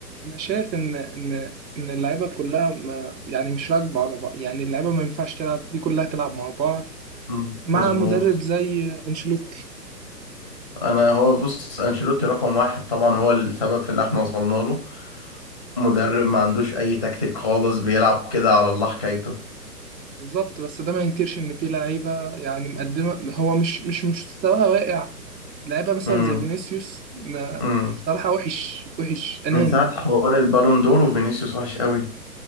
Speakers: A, on the right; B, on the left.
A: أنا شايف إن إن إن اللعيبة كلها ما يعني مش راكبة على بعض يعني اللعيبة ما ينفعش تلعب دي كلها تلعب مع بعض
B: مم.
A: مع
B: مظبوط
A: مدرب زي أنشيلوتي
B: انا هو بص انشيلوتي رقم واحد طبعا هو السبب في اللي احنا وصلنا له مدرب ما عندوش اي تكتيك خالص بيلعب كده على الله حكايته
A: بالظبط بس ده ما ينكرش ان في لعيبه يعني مقدمه هو مش مش مستواها واقع لعيبه مثلا
B: امم
A: زي فينيسيوس ما
B: امم
A: صراحه وحش وحش اناني
B: من ساعة حوار البالون دور وفينيسيوس وحش قوي